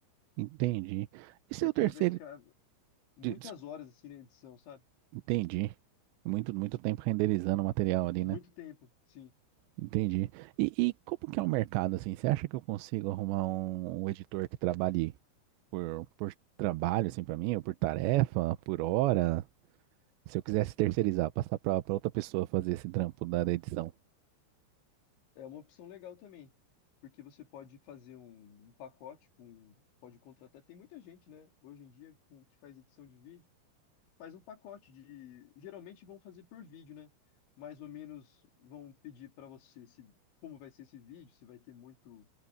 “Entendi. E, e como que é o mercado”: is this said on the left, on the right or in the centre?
Right